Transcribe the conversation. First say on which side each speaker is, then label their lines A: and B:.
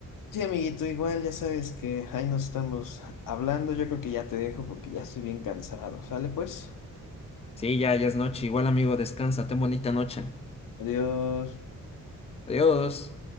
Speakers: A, on the left; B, on the left.
A: Sí, amiguito, igual ya sabes que ahí nos estamos hablando. Yo creo que ya te dejo porque ya estoy bien cansado. Sale pues.
B: Sí, ya, ya es noche. Igual, amigo, descansa. Ten bonita noche.
A: Adiós.
B: Adiós.